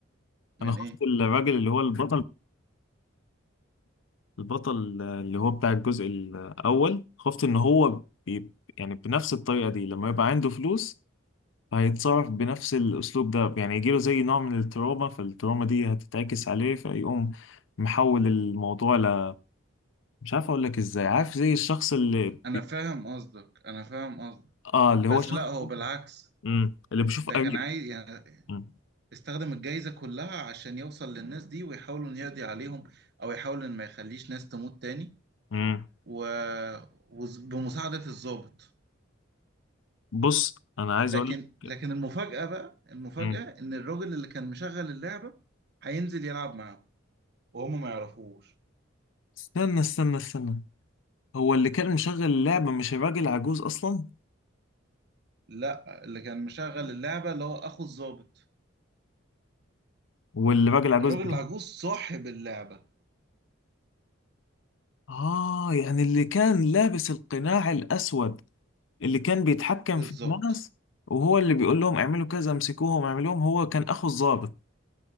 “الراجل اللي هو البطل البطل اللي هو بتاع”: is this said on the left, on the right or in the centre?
Left